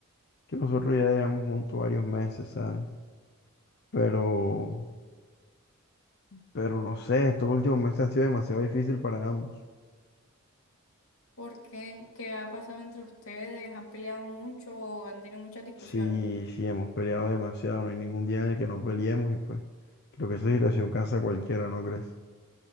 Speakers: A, on the left; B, on the left.
A: que nosotros ya llevamos juntos varios meses, ¿sabes? Pero, pero no sé, estos últimos meses han sido demasiado difícil para ambos.
B: ¿Por qué? ¿Qué ha pasado entre ustedes? ¿Han peleado mucho o han tenido muchas discusiones?
A: Sí, sí, hemos peleado demasiado, no hay ningún día en el que no peleemos y pues creo que esa situación cansa a cualquiera, ¿no crees?